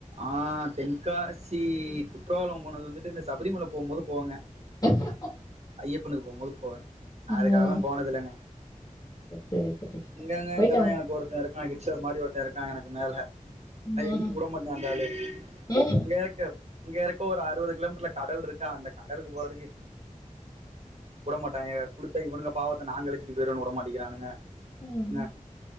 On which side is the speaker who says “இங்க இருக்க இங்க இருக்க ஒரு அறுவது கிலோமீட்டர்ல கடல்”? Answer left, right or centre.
Right